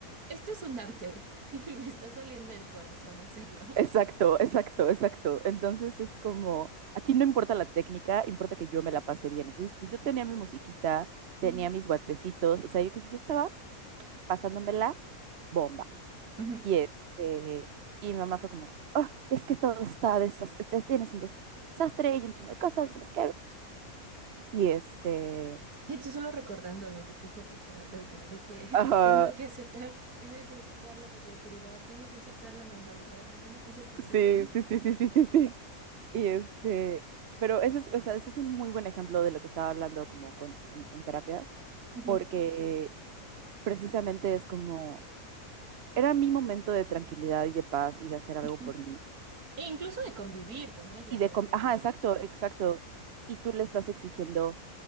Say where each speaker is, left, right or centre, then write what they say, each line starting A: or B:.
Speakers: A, on the right (about 85°); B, on the right (about 55°).
A: esto es un arte <laughs> y me está saliendo del corazón hacerlo.
B: Exacto, exacto, exacto. Entonces es como, aquí no importa la técnica, importa que yo me la pase bien. Entonces, pues yo tenía mi musiquita, tenía
A: Ujú,
B: mis guatecitos, o sea, yo, que- yo estaba pasándomela bomba.
A: ujú.
B: Y, este, y mi mamá fue como, "Ah, es que todo está desastre, tienes un des- desastre y un chingo de cosas que no sé Y este,
A: Y tú solo recordando lo que te dijo tu terapeuta, de que
B: ajá,
A: <laughs> tengo que aceptar, tengo que aceptar la mediocridad, tengo que aceptar la normalidad, no tengo que ser perfecta.
B: sí, sí, sí, sí, sí, sí, sí. Y este, pero ese es, o sea, ese es un muy buen ejemplo de lo que estaba hablando como con, en, en terapia,
A: <laughs> Ujú,
B: porque precisamente es como, era mi momento de tranquilidad y de paz y de hacer algo
A: ujú.
B: por mí.
A: E incluso de convivir con ella,
B: Y de,
A: o
B: com-
A: sea.
B: ajá, exacto, exacto. Y tú le estás exigiendo